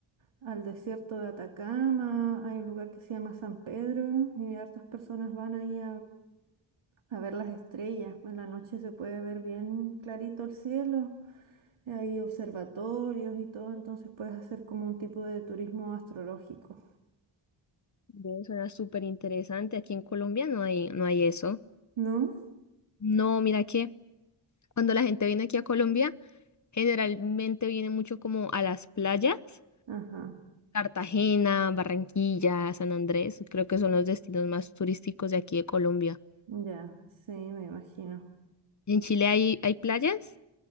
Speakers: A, on the right; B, on the left.
A: al desierto de Atacama, hay un lugar que se llama San Pedro y hartas personas van ahí a ver las estrellas. En la noche se puede ver bien clarito el cielo, hay observatorios y todo, entonces puedes hacer como un tipo de turismo astrológico,
B: Ve, Suena súper interesante. Aquí en Colombia no hay, no hay eso.
A: ¿no?
B: No, mira que cuando la gente viene aquí a Colombia, generalmente viene mucho como a las playas
A: Ajá,
B: Cartagena, Barranquilla, San Andrés, creo que son los destinos más turísticos de aquí de Colombia.
A: ya, sí, me imagino.
B: ¿En Chile hay, hay playas